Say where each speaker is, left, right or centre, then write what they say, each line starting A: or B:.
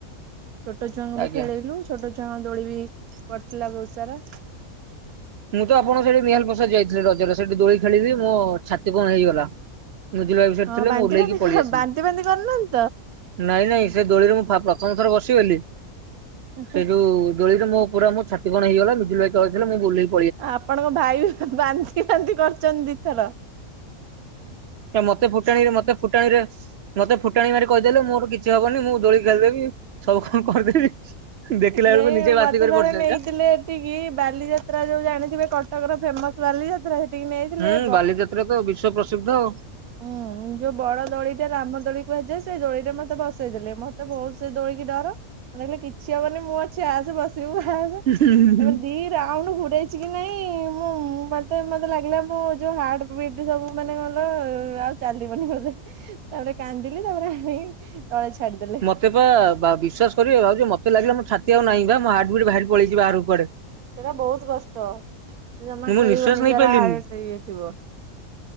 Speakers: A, on the right (about 85°); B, on the right (about 60°).
A: ଛୋଟ ଛୁଆଙ୍କୁ
B: ଆଜ୍ଞା।
A: ବି ଖେଳେଇଲୁ, ଛୋଟ ଛୁଆଙ୍କ ଦୋଳି ବି ପଡ଼ିଥିଲା ବହୁତ ସାରା।
B: ମୁଁ ତ ଆପଣଙ୍କ ସେଠି ମିହାଲ ପ୍ରସାଦ ଯାଇଥିଲି ରଜରେ, ସେଠି ଦୋଳି ଖେଳିଲି ମୋ ଛାତି କଣ ହେଇଗଲା। ସେଠି
A: ହଁ
B: ଥିଲେ
A: ବାନ୍ତି
B: ମୁଁ ଓହ୍ଲେଇକି
A: ବାନ୍ତି
B: ପଳେଇ ଆସିଲି।
A: ବାନ୍ତି ବାନ୍ତି କରୁନାହାନ୍ତି
B: ନାଇଁ ନାଇଁ ସେ ଦୋଳିରେ ମୁଁ ପା ପ୍ରଥମ ଥର ବସିଗଲି
A: ତ?
B: ସେଇଠୁ ଦୋଳିରେ ମୋ ପୁରା ମୋ ଛାତି କଣ ହେଇଗଲା ବିଜୁଭାଇ ତଳେ ଥିଲେ ମୁଁ ଓହ୍ଲେଇଲି।
A: ଆପଣଙ୍କ ଭାଇ ବାନ୍ତି ଫାନ୍ତି କରିଛନ୍ତି ଦିଥର।
B: ମତେ ଫୁଟାଣୀରେ ମତେ ଫୁଟାଣୀରେ ମତେ ଫୁଟାଣି ମାରି କହିଦେଲେ ମୋର କିଛି ହବନି ମୁଁ ଦୋଳି ଖେଳିଦେବି ସବୁ କଣ କରିଦେବି। ଦେଖିଲା ବେଳକୁ
A: ନେ
B: ନିଜେ ବାନ୍ତି
A: ମତେ
B: କରି
A: ଥରେ
B: ପଡିଛନ୍ତି
A: ନେଇଥିଲେ
B: ବା
A: ସେଠିକି ବାଲିଯାତ୍ରା ଯୋଉ ଜାଣିଥିବେ, କଟକର ଫେମସ ବାଲିଯାତ୍ରା ସେଠିକି ନେଇଥିଲେ
B: ହୁଁ, ବାଲିଯାତ୍ରା ତ ବିଶ୍ଵ ପ୍ରସିଦ୍ଧ ଆଉ।
A: ଉଁ ଯୋଉ ବଡ ଦୋଳି ଟା ରାମ ଦୋଳି କୁହାଯାଏ, ସେଇ ଦୋଳିରେ ମତେ ବସେଇ ଦେଲେ। ମତେ ବହୁତ ସେ ଦୋଳିକି ଡର। ମତେ କହିଲେ କିଛି ହବନି ମୁଁ ଅଛି ଆସେ, ବସିବୁ ଆସେ।
B: ହୁଁ
A: ତାପରେ ଦି ରାଉଣ୍ଡ ଘୁରେ ଚିକି ନାଇଁ, ମୁଁ ମତେ-ମତେ ଲାଗିଲା ମୁଁ ଯୋଉ ହାର୍ଟ ବିଟ୍, ସବୁ ମାନେ କଣକଇଲ ଆଉ ଚାଲିବନି ବୋଧେ। ତାପରେ କାନ୍ଦିଲି, ତାପରେ ଆଣିକି ତଳେ ଛାଡିଦେଲେ।
B: ତେବା ବା-ବିଶ୍ୱାସ କରିବେ, ଭାଉଜ ମତେ ଲାଗିଲା ମୋ ଛାତିଆଉ ନାହିଁ ବା, ମୋ ହାଟ ବିଟ୍ ବାହାରି ପଳେଇଛି ବାହାରକୁ କୁଆଡେ।
A: ସେଇଟା ବହୁତ କଷ୍ଟ। ଜମା
B: ମୁଁ
A: ଖେଳିବନି
B: ନିଶ୍ୱାସ ନେଇ
A: ଯାର
B: ପାଇଲିନି।
A: ହାର୍ଟ୍ ଇଏ ଥିବ।